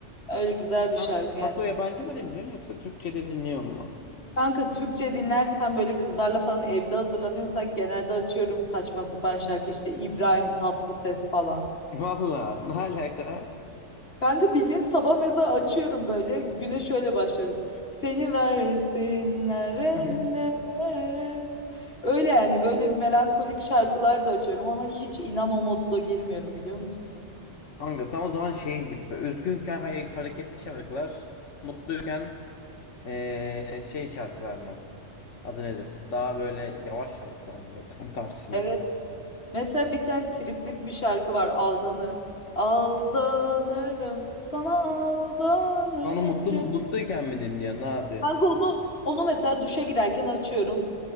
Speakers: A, on the left; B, on the left.
A: öyle güzel bir şarkı
B: Sen
A: yani.
B: paso yabancı mı dinliyorsun yoksa Türkçe de dinliyor mu?
A: Kanka Türkçe dinlersen böyle kızlarla falan evde hazırlanıyorsak genelde açıyorum saçma sapan şarkı işte İbrahim Tatlıses falan.
B: <laughs> Valla ne alaka?
A: Kanka bildiğin sabah mesela açıyorum böyle güne şöyle başlıyoruz. Seni versinler ellere.
B: <laughs>
A: Öyle yani böyle melankolik şarkılar da açıyorum ama hiç inan o moda girmiyorum biliyor musun?
B: Kanka sen o zaman şeye gibisin. Üzgünken hay- hareketli şarkılar, mutluyken ee, şey şarkılar mı? Adı nedir? Daha böyle yavaş şarkılar mı? Böyle tam tersi
A: Evet.
B: mi?
A: Mesela bir tane triplik bir şarkı var Aldanırım. Aldanırım sana aldanırım
B: Onu mutlu,
A: canım.
B: mutluyken mi dinliyorsun? Ne yapıyorsun?
A: Kanka onu, onu mesela duşa girerken açıyorum.